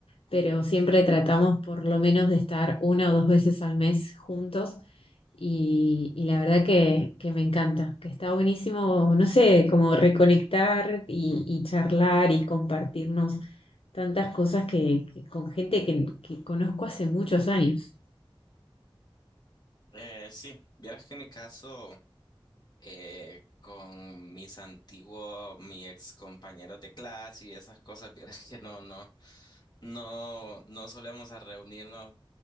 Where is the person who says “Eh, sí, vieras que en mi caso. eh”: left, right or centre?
Left